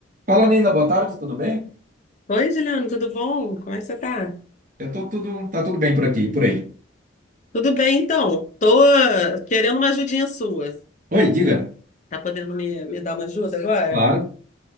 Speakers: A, on the right (about 40°); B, on the left (about 35°).
A: Fala, Nina, boa tarde, tudo bem?
B: Oi, Juliana, tudo bom? Como é que você tá?
A: Eu tô tudo, tá tudo bem por aqui, por aí.
B: Tudo bem, então. Tô eh, querendo uma ajudinha sua.
A: Oi, diga.
B: Tá podendo me, me dar uma ajuda agora?
A: Claro.